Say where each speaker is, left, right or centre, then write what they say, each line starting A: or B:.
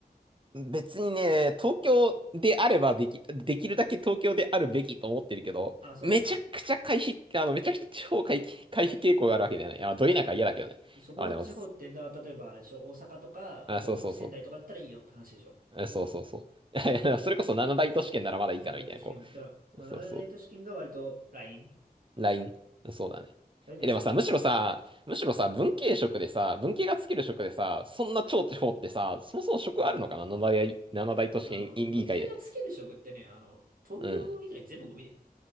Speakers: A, on the right; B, on the right.
A: 別にね、東京であればでき、できるだけ東京であるべきと思ってるけど、
B: あ、そうなの。
A: めちゃくちゃ回避、
B: うん。
A: あの、めちゃくちゃ地方回避、回避傾向があるわけじゃない。あ、ど田舎は嫌だけどね。
B: そこの地方って、
A: あ、でも、
B: だ、例えばあれでしょ、大阪とか、
A: あ、
B: あの、
A: そうそうそう。
B: 仙台とかだったらいいよって話でしょ。
A: あそうそうそう。<laughs> それこそ七大都市圏ならまだいいかなみたいな、
B: 七大都市圏だったら、
A: こう。
B: まあ、
A: そうそう。
B: 七大都市圏が割とライン
A: LINE。そうだね。
B: 大丈夫、
A: え、でもさ、
B: 札幌行っても。
A: むしろさ、むしろさ、文系職でさ、文系がつける職でさ、そんな超地方ってさ、そもそも職あるのかな七大、7大都市圏委員議会で。
B: あの、文系がつける職ってね、あの、東京以外全部ゴミだよ。
A: うん。